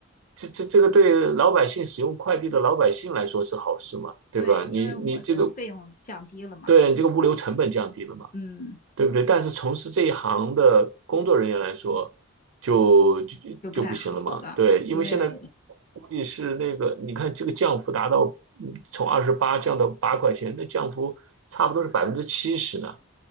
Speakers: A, on the right; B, on the left.
A: 这这这个对老百姓使用快递的老百姓来说是好事嘛，对吧？
B: 对，因为我的费用降低了嘛，
A: 你你这个对你这个物流成本降低了嘛，
B: 嗯，
A: 对不对？但是从事这一行的工作人员来说，就就就不行了嘛。
B: 就不太好了，
A: 对，因为现在
B: 对。
A: 估计是那个，你看这个降幅达到，嗯从二十八降到八块钱，那降幅差不多是百分之七十呢。